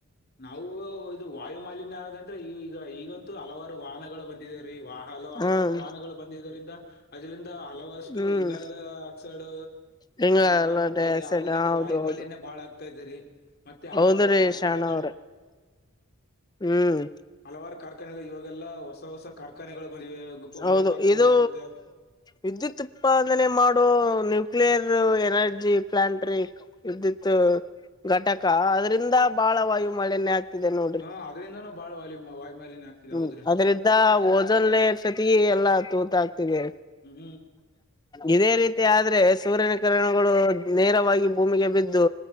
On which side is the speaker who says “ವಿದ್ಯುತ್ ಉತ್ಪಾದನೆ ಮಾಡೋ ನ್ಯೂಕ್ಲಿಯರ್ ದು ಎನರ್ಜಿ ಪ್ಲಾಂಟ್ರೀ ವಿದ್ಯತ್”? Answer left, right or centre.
Left